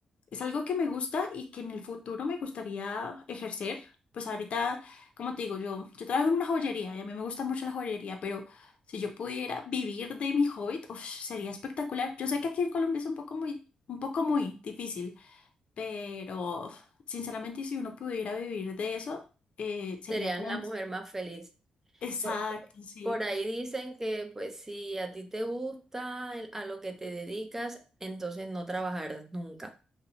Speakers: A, on the left; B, on the right.
A: es algo que me gusta y que en el futuro me gustaría ejercer. Pues ahorita, como te digo, yo, yo trabajo en una joyería y a mí me gusta mucho la joyería, pero si yo pudiera vivir de mi hobby, uf, sería espectacular. Yo sé que aquí en Colombia es un poco muy, un poco muy difícil, pero sinceramente si uno pudiera vivir de eso, eh, sería
B: Serías
A: como...
B: la mujer más feliz.
A: Exacto,
B: Por,
A: sí.
B: por ahí dicen que pues si a ti te gusta el- a lo que te dedicas, entonces no trabajarás nunca.